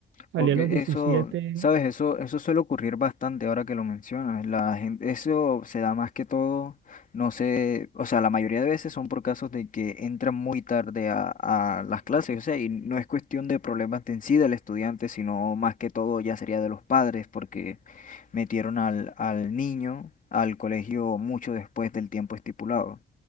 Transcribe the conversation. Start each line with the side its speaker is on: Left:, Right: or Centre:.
Right: salí
Left: Porque
Right: a los diecisiete
Left: eso, sabes, eso, eso suele ocurrir bastante ahora que lo mencionas. La gente, eso se da más que todo, no sé, o sea, la mayoría de veces son por casos de que entran muy tarde a, a las clases, o sea, y no es cuestión de problemas de en sí del estudiante, sino más que todo ya sería de los padres, porque metieron al, al niño al colegio mucho después del tiempo estipulado.